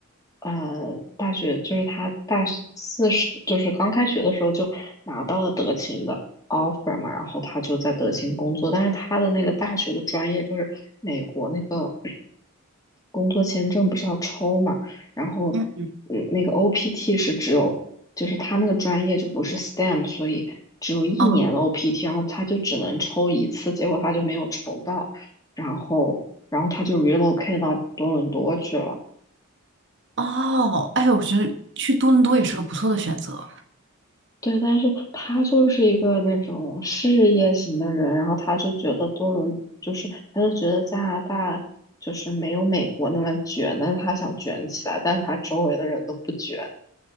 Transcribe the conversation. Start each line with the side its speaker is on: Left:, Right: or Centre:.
Left: 呃大学，就是他大四时，就是刚开学的时候就拿到了德勤的 offer 嘛，然后他就在德勤工作，但是他的那个大学的专业就是美国那个工作签证不是要抽嘛，然后
Right: 嗯，
Left: 嗯那个 OPT 是只有就是他那个专业就不是 STEM，所以只有一年的
Right: 哦
Left: OPT，然后他就只能抽一次，结果他就没有抽到。然后然后他就 relocate 到多伦多去了。
Right: 哦，哎，我觉得去多伦多也是个不错的选择。
Left: 对，但是他就是一个那种事业型的人，然后他就觉得多伦就是他就觉得加拿大就是没有美国那么卷，但是他想卷起来，但是他周围的人都不卷，